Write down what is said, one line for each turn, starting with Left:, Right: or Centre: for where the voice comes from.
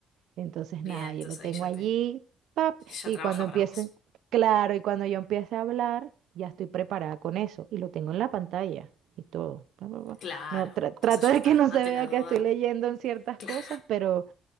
Right: Entonces,
Left: Bien,
Right: nada, yo
Left: entonces
Right: lo tengo
Left: ahí ya
Right: allí,
Left: te,
Right: pap,
Left: ya
Right: y
Left: trabaja
Right: cuando empiece,
Left: para vos.
Right: claro, y cuando yo empiece a hablar, ya estoy preparada con eso y lo tengo en la pantalla y todo. pa, pa, pa.
Left: Claro,
Right: No, tra-
Left: entonces
Right: trato
Left: ya
Right: de
Left: está,
Right: que no
Left: ante
Right: se vea
Left: la duda.
Right: que estoy leyendo en ciertas
Left: Claro.
Right: cosas, pero